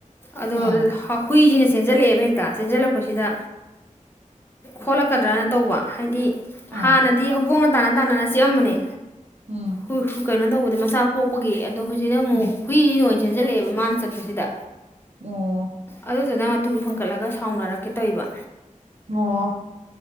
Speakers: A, on the left; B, on the right.
A: ꯑꯗꯣ
B: ꯑꯥ
A: ꯍꯧ ꯍꯨꯏꯁꯤꯅ ꯆꯦꯟꯖꯜꯂꯛꯑꯦꯕ ꯍꯦꯛꯇ ꯆꯦꯟꯖꯜꯂꯛꯄꯁꯤꯗ ꯈꯣꯠꯂꯛꯀꯗ꯭ꯔꯅ ꯇꯧꯕ ꯍꯥꯏꯗꯤ ꯍꯥꯟꯅꯗꯤ
B: ꯑꯥ
A: ꯍꯧꯗꫭꯡꯅ ꯇꯥꯟꯅ ꯇꯥꯟꯅꯔ ꯆꯤꯛꯑꯝꯅꯦ
B: ꯎꯝ
A: ꯍꯨ ꯀꯩꯅꯣ ꯇꯧꯕꯗꯤ ꯃꯆꯥ ꯄꯣꯛꯄꯒꯤ ꯑꯗꯣ ꯍꯧꯖꯤꯛꯅ ꯑꯃꯨꯛ
B: ꯎꯝ
A: ꯍꯨꯏꯁꯤ ꯅ ꯆꯦꯟꯖꯜꯂꯛꯑꯦꯕ ꯃꯥꯅ ꯆꯠꯄꯁꯤꯗ
B: ꯑꯣ
A: ꯑꯗꯨꯗꯨꯅ ꯇꯨ ꯐꯟꯀꯠꯂꯒ ꯁꯥꯎꯅꯔꯛꯀꯦ ꯇꯧꯔꯤꯕ
B: ꯑꯣ